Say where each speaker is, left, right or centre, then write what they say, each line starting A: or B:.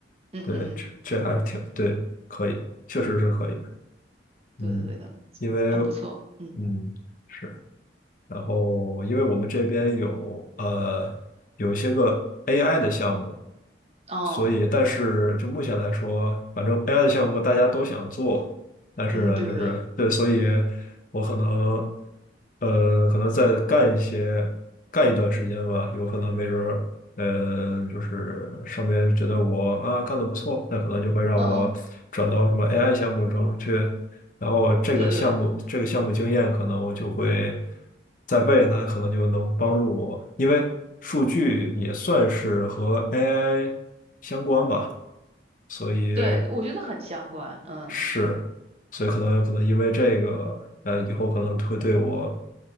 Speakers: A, on the right; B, on the left.
A: 嗯嗯嗯，
B: 对，这这还是挺，对，可以，确实是可以的嗯，
A: 对的对的，
B: 因为，
A: 很不错，嗯
B: 嗯，是，然后因为我们这边有，呃，有一些个 AI 的项目，
A: 哦，
B: 所以，但是就目前来说，反正 AI 的项目大家都想做，但是呢，
A: 嗯对对对，
B: 就是对，所以我可能，呃，可能再干一些，干一段时间吧，有可能没准儿，呃，就是上面觉得我啊干得不错，那可能就会让我转到什么
A: 嗯嗯
B: AI 项目中去，然后这个项目这个项目经验，
A: 对对对。
B: 可能我就会在未来可能就能帮助我，因为数据也算是和 AI 相关吧，所以
A: 对，我觉得很相关，嗯
B: 是，所以可能可能因为这个，呃，以后可能会对我